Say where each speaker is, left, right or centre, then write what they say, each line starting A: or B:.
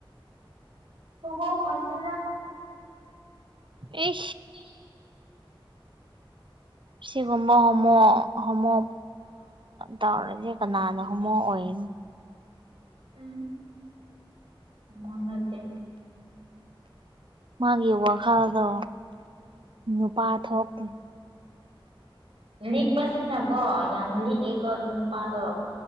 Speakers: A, on the right; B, on the right.
A: ꯍꯃꯧ ꯃꯗꯗ
B: ꯑꯩ
A: <inaudible>
B: ꯁꯤꯒꯨꯝꯕ ꯍꯣꯃꯣ ꯍꯣꯃꯣ ꯇꯧꯔꯗꯤ ꯀꯅꯥꯅ ꯍꯣꯃꯣ ꯑꯣꯏꯅꯤꯣ
A: ꯎꯝ ꯃꯟꯅꯠꯇꯦ
B: ꯃꯥꯒꯤ ꯋꯥꯈꯜꯗꯣ ꯅꯨꯄꯥ ꯊꯣꯛꯇꯦ
A: ꯂꯤꯛꯄꯁꯤꯅꯀꯣ ꯌꯥꯝ ꯂꯤꯛꯑꯦꯀꯣ ꯑꯗꯨꯣ ꯅꯨꯄꯥꯗꯣ